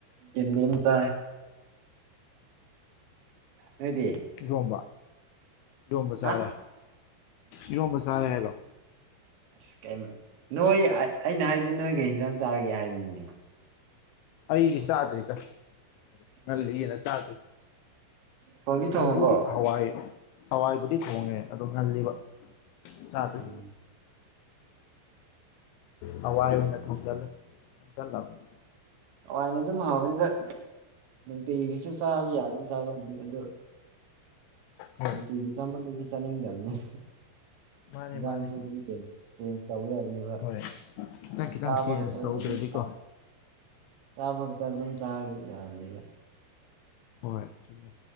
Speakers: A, on the right (about 65°); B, on the left (about 90°).
A: ꯌꯦꯟꯗꯦꯝ ꯇꯥꯏ ꯅꯣꯏꯗꯤ
B: ꯏꯔꯣꯝꯕ ꯏꯔꯣꯝꯕ ꯆꯥꯔꯦ
A: ꯍꯥ
B: ꯏꯔꯣꯝꯕ ꯆꯥꯔꯦ ꯍꯥꯏꯔꯣ
A: ꯑꯁ ꯀꯩꯝ ꯅꯣꯏ ꯑꯩ ꯑꯩꯅ ꯍꯥꯏꯗꯤ ꯅꯣꯏꯒꯤ ꯀꯩ ꯍꯤꯟꯖꯥꯡ ꯆꯥꯔꯒꯦ ꯍꯥꯏꯕꯅꯤꯅꯦ
B: ꯑꯩꯒꯤ ꯆꯥꯗ꯭ꯔꯤꯗ ꯉꯜꯂꯤꯌ‌ꯦꯅ
A: ꯑꯣ
B: ꯆꯥꯗ꯭ꯔꯤ
A: ꯊꯣꯡꯗꯤ
B: ꯊꯣꯡꯕꯨꯗꯤ
A: ꯊꯣꯡꯉꯕꯣ
B: ꯍꯋꯥꯏ ꯍꯋꯥꯏꯕꯨꯗꯤ ꯊꯣꯡꯉꯦ ꯑꯗꯣ ꯉꯜꯂꯤꯕ ꯆꯗ꯭ꯔꯤ
A: ꯎꯝ
B: ꯍꯋꯥꯏ ꯑꯣꯏꯅ ꯊꯣꯡꯖꯜꯂ‌ꯦ <unintelligible>
A: ꯍꯋꯥꯏꯅ ꯑꯗꯨꯝ ꯍꯥꯎꯕꯅꯤꯗ ꯅꯨꯡꯇꯤꯒꯤꯁꯨ ꯆꯥꯕ ꯌꯥꯕꯅꯤ ꯆꯥꯕ ꯕꯨꯗꯤ ꯑꯗꯨ
B: ꯍꯣꯏ
A: ꯅꯨꯡꯇꯤꯒꯤ ꯆꯥꯃꯜꯂꯗꯤ ꯆꯅꯤꯡꯗꯕꯅ‌ꯦ
B: ꯃꯥꯅꯦ
A: ꯏꯟꯖꯥꯡꯁꯨ
B: ꯃꯥꯅꯦ
A: ꯑꯗꯨꯝ ꯄ‌ꯦꯟ ꯆꯦꯟꯖ ꯇꯧꯒꯗꯕꯅꯦꯕ
B: ꯍꯣꯏ ꯈꯤꯇꯪ ꯈꯤꯇꯪ
A: ꯆꯥꯕ
B: ꯆꯦꯟꯖ
A: ꯈꯛꯇ
B: ꯇꯧꯗ꯭ꯔꯗꯤꯀꯣ
A: ꯑꯗꯨꯝ ꯆꯥꯏ ꯆꯥꯕ ꯈꯛꯇ ꯑꯗꯨꯝ ꯆꯥꯔꯗꯤ ꯌꯥꯗꯦꯕ
B: ꯑ ꯆꯨꯝꯃꯦ